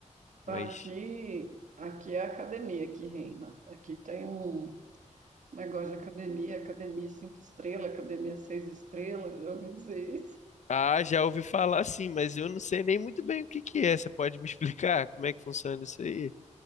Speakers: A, on the left (about 70°); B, on the right (about 80°).
A: Mas
B: Aqui, aqui é a academia que reina. Aqui tem um negócio de academia, academia cinco estrelas, academia seis estrelas, já ouvi dizer isso.
A: ah, já ouvi falar sim, mas eu não sei nem muito bem o que que é. Você pode me <laughs> explicar como é que funciona isso aí?